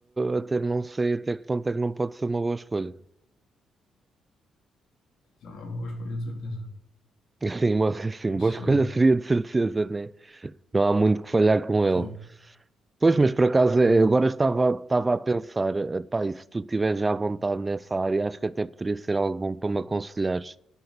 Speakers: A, on the right; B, on the left.
A: eh, até não sei até que ponto é que não pode ser uma boa escolha.
B: é uma boa escolha de certeza.
A: <laughs> Assim, uma, assim,
B: Não
A: boa
B: sei.
A: escolha seria de certeza, né? Não há muito que falhar com ele.
B: Sim,
A: Pois, mas por acaso eh,
B: pois,
A: agora estava, estava a pensar, eh, pá, e se tu estiveres já à vontade nessa área, acho que até poderia ser algo bom para me aconselhares,